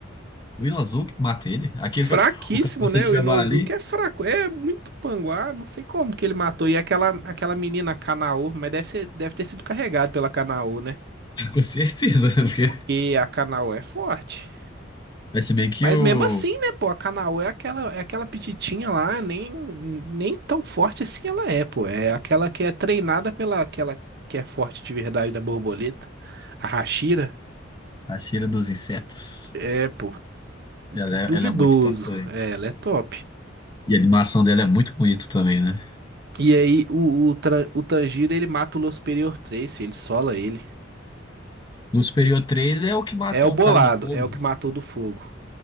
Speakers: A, on the left; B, on the right.
A: O Hilo Azul que mata ele? Aquele,
B: Fraquíssimo,
A: o cabeça
B: né?
A: de
B: O
A: javali?
B: Inosuke é fraco, é muito panguá, não sei como que ele matou. E aquela, aquela menina Kanao, mas deve ser, deve ter sido carregado pela Kanao, né?
A: <laughs> Com certeza, né? Porque
B: Porque a Kanao é forte.
A: vai ser bem que
B: Mas
A: o,
B: mesmo assim, né, pô, a Kanaô é aquela, é aquela pititinha lá, nem, nem tão forte assim ela é, pô. É aquela que é treinada pela aquela que é forte de verdade da borboleta, a Hashira.
A: a cheira dos insetos,
B: É, pô,
A: ela
B: duvidoso.
A: é, ela é muito top também.
B: É, ela é top.
A: E a animação dela é muito bonita também, né?
B: E aí o, o, Tra- o Tanjiro, ele mata o Losperior 3, filho, ele sola ele.
A: No Superior três é o que matou
B: É o bolado,
A: o cara do fogo.
B: é o que matou do fogo.